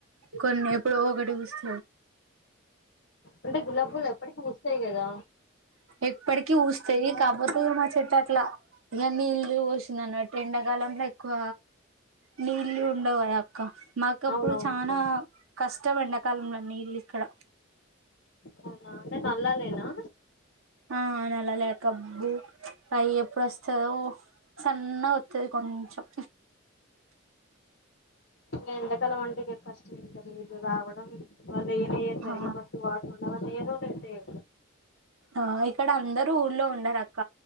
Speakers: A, on the right (about 80°); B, on the left (about 60°).
A: కొన్ని ఎప్పుడో ఒకటి వస్త
B: అంటే గులాబ్ పూలు ఎప్పటికీ పూస్తాయి కదా
A: ఎప్పటికి పూస్తాయి కాపోతే మా చెట్టు అట్లా ఇక నీళ్ళు పోసింది అన్నట్టు ఎండాకాలంలో ఎక్కువ నీళ్ళ ఉండవు అక్క మాక అప్పు
B: అవునవునులే
A: చానా కష్టం ఎండాకాలంలోన్నీ నీల్ ఇక్కడ
B: అవునా అంటే నల్లాలేనా
A: ఆ అలా <unintelligible> లేకబ్బు అవి ఎప్పుడు వస్తందో సన్న వస్తుది కొంచం
B: ఎడాకాలం అంటే కష్టం <unintelligible> ఏంట నీళ్ళు రావడం <unintelligible> వంద ఏ ఏ సరిగ
A: ఆ
B: ఫస్ట్ వాటరుండాలి లేదంటే ఎయ్యం
A: ఆ ఇక్కడ అందరు ఊళ్ళ ఉండరు అక్క